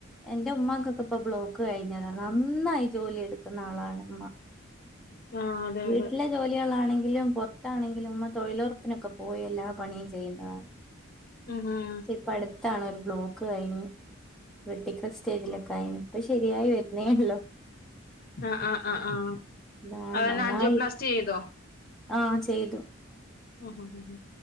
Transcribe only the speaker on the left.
ആഹ് അതെ
അതെ
ആഹാ
ആഹ് ആഹ് ആഹ്
അതെന്നാ
ആൻജിയോപ്ലാസ്റ്റി ചെയ്തോ
ആഹ് ആഹ്